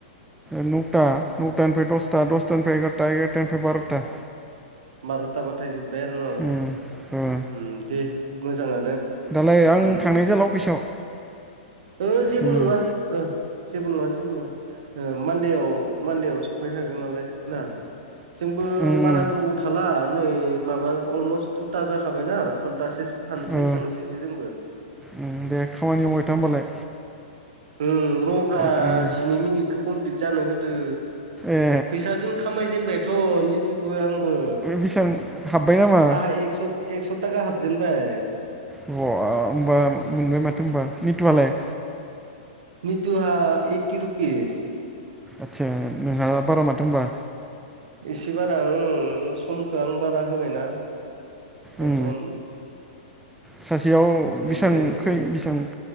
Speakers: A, in the centre; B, on the right.
A: नौथा नौथानिफ्राय दसथा दसथानिफ्राय एगार'टा एगार'टानिफ्राय बार'था।
B: बार'थाबाथाय जोब्बाय आरो
A: उम ओ
B: न' दे मोजाङानो।
A: <unintelligible> आं
B: उम
A: थांनाय जाला अफिसाव
B: ओ जेबो
A: उम
B: नंङा ओ जेबो नङा जेबो नङा। मान्देआव मान्देआव सफैखागोन नालाय ना। जोंबो
A: उम
B: बारा
A: उम
B: गोबाव थाला नै माबा अलमस्ट दुथा जाखाबायना घन्टासो थानसै
A: ओ
B: थांसैसो जोंबो।
A: उम दे खामानि मावबाय था होनोमबालाय।
B: ओम रब्रा
A: उम
B: जिनै मिनिटखौ कमप्लिट जानो होदो
A: ए
B: फैसाजों खामायजेनबायथ' नित्य दो आंबो।
A: बेसबां हाबबाय <unintelligible>
B: आहा एक्स एक्स थाखा हाबजेनबाय।
A: ब होमबाम मोनबाय माथो होनबा मिटुआलाय
B: निटुहा ऐटि रुपिस
A: आदसा नोंहा बारा माथो होनबा
B: एसे बारा ओं समखौ आं बारा होबायना बेनथन
A: उम सासेयाव बेसेबांखै
B: सायावसो
A: बेसेबां?